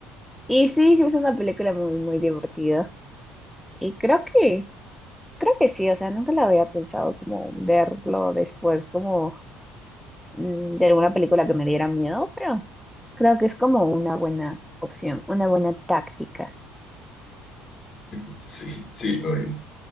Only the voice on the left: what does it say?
Sí, sí lo es.